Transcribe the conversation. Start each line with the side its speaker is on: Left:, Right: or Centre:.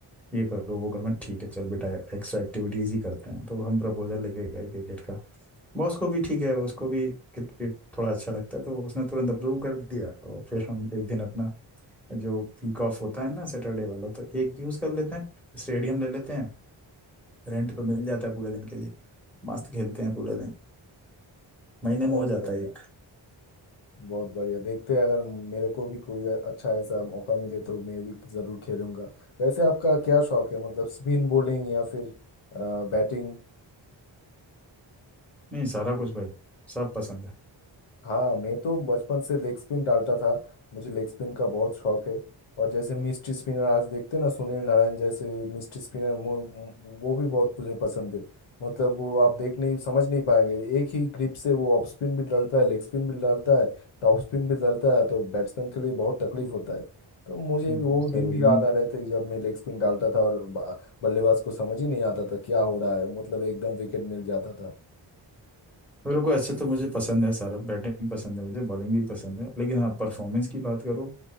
Centre: ये करो वो करो मैं ठीक है चल बेटा एक्स्ट्रा एक्टिविटीज ही करते हैं तो हम प्रपोजल लेके गए क्रिकेट का बॉस को भी ठीक है उसको भी क्रिकेट थोड़ा अच्छा लगता है तो उसने तुरंत अप्रूव कर दिया और फिर हम एक दिन अपना जो वीक ऑफ होता है ना सैटरडे वाला तो एक यूज कर लेते हैं स्टेडियम ले लेते हैं रेंट पे मिल जाता है पूरे दिन के लिए मस्त खेलते हैं पूरे दिन महीने
Left: बहुत
Centre: में हो जाता
Left: बढ़िया
Centre: है एक
Left: बहुत बढ़िया देखते हैं अगर मेरे को भी कोई अच्छा ऐसा मौका मिले तो मैं भी जरूर खेलूंगा वैसे आपका क्या शौक है मतलब स्पिन बॉलिंग या फिर बैटिंग
Centre: नहीं सारा कुछ भाई सब पसंद है
Left: हाँ मैं तो बचपन से लेग स्पिन डालता था मुझे लेग स्पिन का बहुत शौक है और जैसे मिस्ट्री स्पिनर आज देखते हैं ना सुनील नारायण जैसे मिस्ट्री स्पिनर वो भी बहुत मुझे पसंद है मतलब वो आप देख नहीं समझ नहीं पाएंगे एक ही ग्रिप से वो ऑफ स्पिन भी डालता है लेग स्पिन भी डालता है टॉप स्पिन भी डालता है तो बैट्समैन के लिए बहुत तकलीफ होता है तो मुझे
Centre: हम्म,
Left: वो
Centre: सही
Left: दिन भी
Centre: है
Left: याद आ रहे थे जब मैं लेग स्पिन डालता था और बा- बल्लेबाज को समझ ही नहीं आता था क्या हो रहा है मतलब एकदम विकेट मिल जाता था
Centre: मेरे को ऐसे तो मुझे पसंद है सारा बैटिंग पसंद है मुझे बॉलिंग भी पसंद है लेकिन हाँ परफॉर्मेंस की बात करो